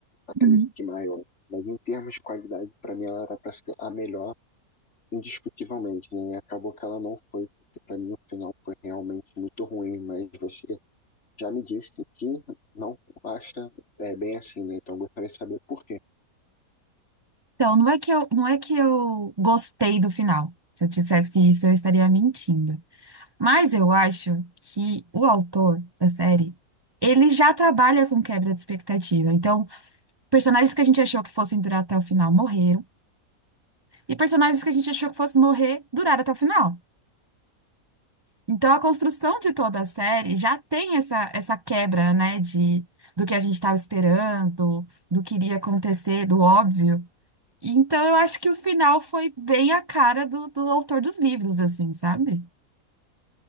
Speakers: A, on the left; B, on the right.
A: acredito
B: Uhum.
A: que maior. Mas em termos de qualidade, pra mim ela era pra ser a melhor, indiscutivelmente, né? E acabou que ela não foi, porque pra mim o final foi realmente muito ruim, mas você já me disse que não acha é, bem assim, né? Então, eu gostaria de saber por quê.
B: Então, não é que eu, não é que eu gostei do final. Se eu dissesse que isso, eu estaria mentindo. Mas eu acho que o autor da série, ele já trabalha com quebra de expectativa. Então, personagens que a gente achou que fossem durar até o final morreram, e personagens que a gente achou que fossem morrer duraram até o final. Então, a construção de toda a série já tem essa, essa quebra, né, de, do que a gente estava esperando, do que iria acontecer, do óbvio. Então, eu acho que o final foi bem a cara do, do autor dos livros, assim, sabe?